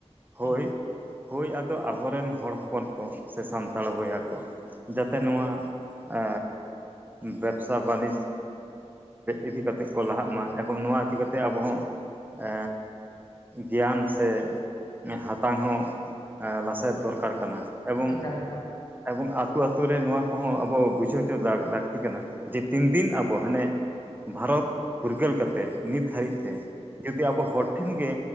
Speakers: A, on the right (about 15°); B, on the left (about 30°).
A: ᱦᱳᱭ
B: ᱦᱩᱸ
A: ᱦᱳᱭ ᱟᱫᱚ ᱟᱵᱚᱨᱮᱱ ᱦᱚᱲ ᱦᱚᱯᱚᱱ ᱠᱚ ᱥᱮ ᱥᱟᱱᱛᱟᱲ ᱵᱚᱭᱦᱟ ᱠᱚ ᱡᱟᱛᱮ ᱱᱚᱣᱟ ᱮ ᱵᱮᱵᱽᱥᱟᱭ ᱵᱟᱱᱤᱡᱽ ᱤᱫᱤ ᱠᱟᱛᱮᱜ ᱠᱚ ᱞᱟᱦᱟᱜ ᱢᱟ ᱮᱵᱚᱝ ᱱᱚᱣᱟ ᱤᱫᱤ ᱠᱟ ᱠᱟᱛᱮᱜ ᱟᱵᱚ ᱦᱚᱸ ᱮ ᱜᱮᱭᱟᱱ ᱥᱮ ᱦᱟᱛᱟᱝ ᱦᱚᱸ ᱞᱟᱥᱮᱨ ᱫᱚᱨᱠᱟᱨ ᱠᱟᱱᱟ ᱮᱵᱚᱝ
B: ᱮᱠᱟᱞ ᱮᱠᱟᱞ
A: ᱮᱵᱚᱝ ᱟᱛᱳ ᱟᱛᱳ ᱨᱮ ᱱᱚᱣᱟ ᱠᱚᱦᱚᱸ ᱟᱵᱚ ᱵᱩᱡᱷᱟᱹᱣ ᱦᱚᱪᱚ ᱞᱟᱹᱠᱛᱤ ᱠᱟᱱᱟ ᱡᱮ ᱛᱤᱱᱫᱤᱱ ᱟᱵᱚ ᱦᱟᱱᱮ ᱵᱷᱟᱨᱚᱛ ᱯᱷᱩᱨᱜᱟᱹᱞ ᱠᱟᱛᱮᱜ ᱱᱤᱛ ᱦᱟᱹᱨᱤᱡ ᱛᱮ ᱡᱩᱫᱤ ᱟᱵᱚ ᱦᱚᱲ ᱴᱷᱮᱱ ᱜᱮ